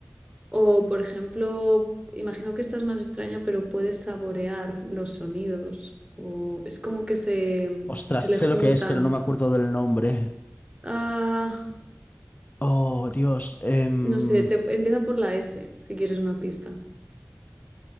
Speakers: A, on the right (about 25°); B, on the left (about 35°).
A: o por ejemplo, imagino que esta es más extraña, pero puede saborear los sonidos, o es como que se,
B: Ostras,
A: se
B: sé
A: le juntan.
B: lo que es, pero no me acuerdo del nombre.
A: Ah,
B: Oh, Dios. em,
A: no sé, te, empieza por la S, si quieres una pista.